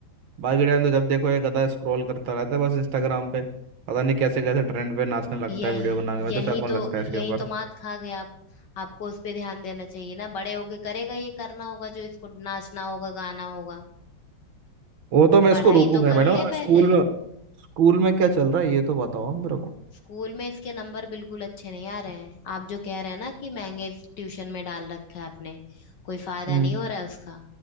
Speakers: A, on the right; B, on the left.
A: बाकी टाइम तो जब देखो ये गधा स्क्रॉल करता रहता है बस इंस्टाग्राम पे पता नहीं कैसे कैसे ट्रेंड पे नाचने लगता
B: यही
A: है वीडियो बना के मैं
B: यही
A: तो शौक
B: तो
A: लगता
B: यही
A: है इसके ऊपर
B: तो मात खा गए आप आपको उस पे ध्यान देना चाहिए ना बड़े होके करेगा ये करना होगा जो इसको नाचना होगा गाना होगा
A: वो तो मैं
B: पढ़ाई
A: इसको रोकूंगा
B: तो कर
A: मैडम
B: ले
A: हमें स्कूल
B: पहले
A: में स्कूल में क्या चल रहा है ये तो बताओ आप मेरे को
B: स्कूल में इसके नंबर बिल्कुल अच्छे नहीं आ रहे हैं आप जो कह रहे हैं ना कि महंगे ट्यूशन में डाल रखा है आपने कोई फायदा
A: हम्म
B: नहीं हो रहा है उसका